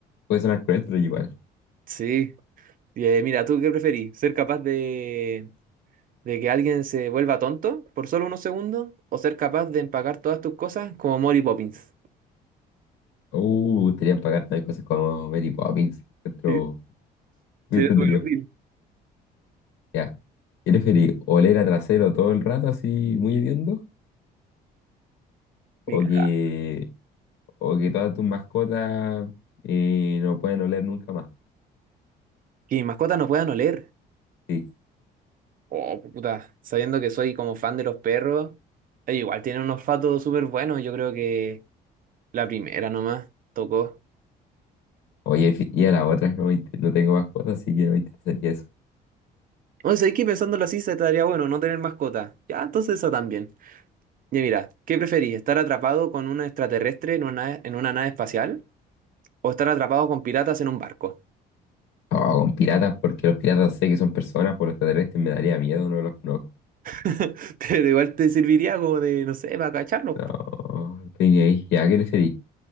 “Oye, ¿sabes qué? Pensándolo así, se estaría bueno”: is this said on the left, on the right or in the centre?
Right